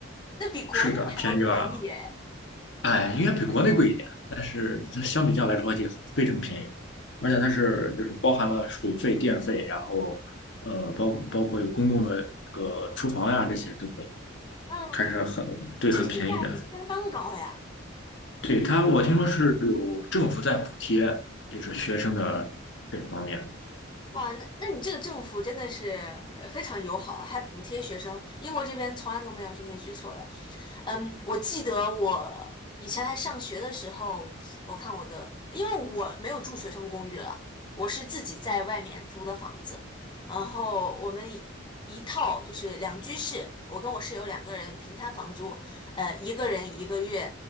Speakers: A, on the left; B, on the left.
A: 那比国内还要便宜耶！
B: 是的，便宜了。哎，应该比国内贵一点，但是相比较来说也非常便宜，而且它是就是包含了水费、电费，然后呃，包包括有公共的这个厨房呀、这些都可以，
A: 啊，
B: 还是很对，
A: 这个性价比相当高呀。
B: 很便宜的。对它，我听说是有政府在补贴，就是学生的这方面。
A: 哇，那那你这个政府真的是呃非常友好，还补贴学生。英国这边从来都没有这些举措的。嗯，我记得我以前还上学的时候，我看我的，因为我没有住学生公寓了，我是自己在外面租的房子。然后我们一一套就是两居室，我跟我室友两个人平摊房租，呃，一个人一个月，